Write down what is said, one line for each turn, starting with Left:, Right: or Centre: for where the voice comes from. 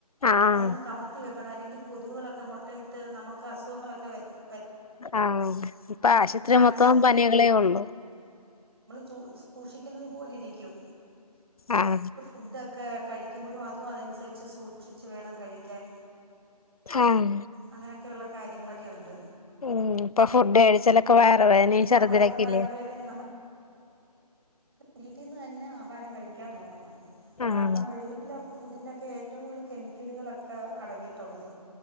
Left: ആഹ്
Right: അതൊന്ന് കമത്തി വെക്കണം അല്ലെങ്കി കൊതുകുകളൊക്കെ മുട്ടയിട്ട് നമുക്ക് അസുഖങ്ങളൊക്കെ വരരുന്നു
Left: ആഹ ഇപ്പൊ ആശുത്രി
Right: ചാൻസ്
Left: മൊത്തം പനികളേ ഉള്ളു
Right: സൂ സൂക്ഷിക്കുന്നത് പോലെിരിക്കും
Left: ആഹ
Right: ഫുഡൊക്കെ കഴിക്കുമ്പോഴും അതും അതനുസരിച്ച് സൂക്ഷിച്ചി വച്ച് വേണം കഴിക്കാൻ
Left: ആഹ്
Right: അങ്ങനെയൊക്കെയുള്ള കാര്യങ്ങളൊക്കെുണ്ട്
Left: ഉം ഇപ്പൊ ഫുഡ് കഴടിച്ചാലൊക്കെ വേറെ വന ശറദ്ദിലക്കല്ല
Right: ആ വയറ് വയറുവേദന വീട്ടിൽന്ന് തന്നെ ആഹാരം കഴിക്കാൻ നോക്കണം
Left: ആഹ്
Right: കാരണം വെള ഫു ഒക്കെ ഏറ്റവും കൂടുതൽ കെമിക്കലുകളൊക്കെ അടങ്ങിയിട്ടുള്ളത്